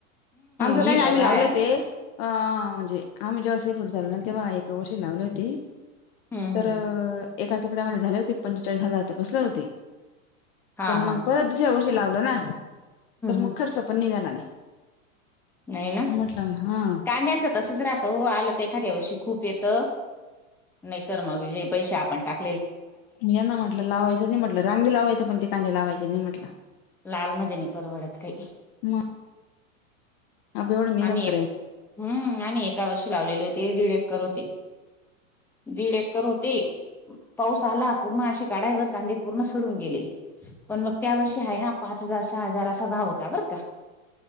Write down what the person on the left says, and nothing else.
आमचं
काही नाही
आम्ही लावल
ते अ म्हणजे आम्ही जेव्हा सेप झालो ना तेव्हा एका वर्षन लावले होते
तर
एका तुकड्यामध्ये झाले होते पंचेचाळीस हजार तर बसल्या होती
पण
मग
परत दुसऱ्या वर्षी लावलं ना तर मग
खर्च पण निघाला नाही
म्हटलं हा
यांना म्हटलं लावायचं नाही म्हटलं रांगली लावायचं पण ते कांदे लावायचे नाही म्हटलं
मग आपण एवढ मेनत
करायची